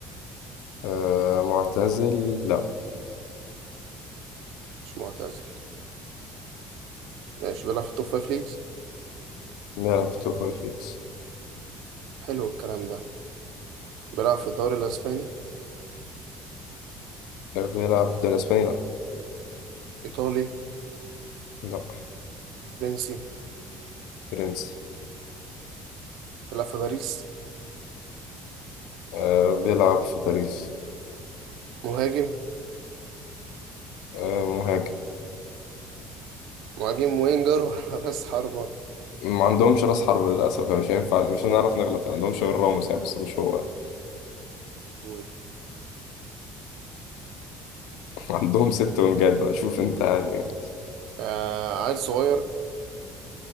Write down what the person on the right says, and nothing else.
مش معتزل ماشي بيلعب في التوب فايف ليجز
حلو الكلام ده بيلعب في الدوري الاسباني
ايطالي
فرنسي
بيلعب في باريس
مهاجم
مهاجم وينجر ولا <laughs> راس حربة
مم.
آه عيل صغير